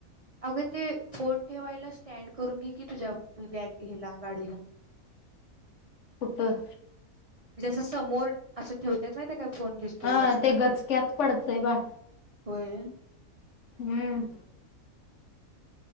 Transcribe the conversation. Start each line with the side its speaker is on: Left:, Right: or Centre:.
Right: अगं ते फोन ठेवायला स्टँड करून घे की, तुझ्या मी बॅग गाडीला.
Left: कुठं?
Right: जसं समोर असं ठेवत्यात माहितेय काय फोन दिसतोय
Left: हा
Right: बघ.
Left: ते गचक्यात पडतंय बाळ
Right: व्हय
Left: हम्म.